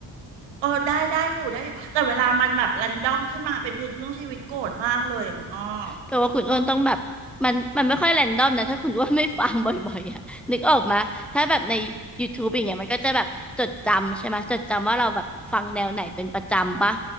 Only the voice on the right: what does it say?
เออได้ ได้อยู่ ได้อยู่แต่เวลามันแบบ รันดอมขึ้นมา เป็นเพลงเพื่อชีวิตโกรธมากเลยอ่ะคุณอ้อ
ต้อง